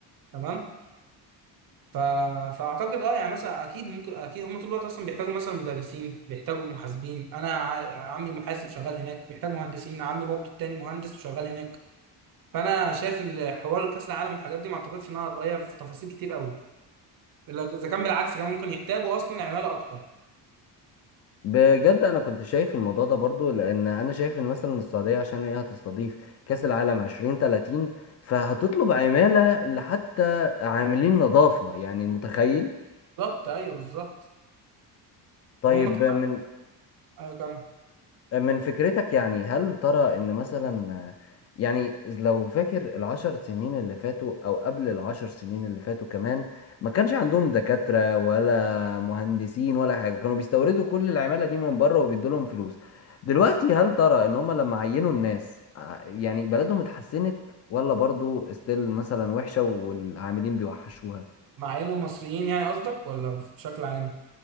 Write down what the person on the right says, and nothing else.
تمام ف... فاعتقد اه يعني مثلا اكيد ممكن اكيد هم طول الوقت اصلا بيحتاجوا مثلا مدرسين بيحتاجوا محاسبين انا ع- عمي محاسب شغال هناك بيحتاج مهندسين عمي برضو التاني مهندس وشغال هناك فانا شايف ان حوار كاس العالم والحاجات دي ما اعتقدش انها هتغير في تفاصيل كتير قوي الا اذا كان بالعكس كمان ممكن يحتاجوا اصلا عماله اكتر
بالظبط ايوه بالظبط
وهم كمان
ايوه كمان
بالظبط
مع انه مصريين يعني قصدك ولا بشكل عام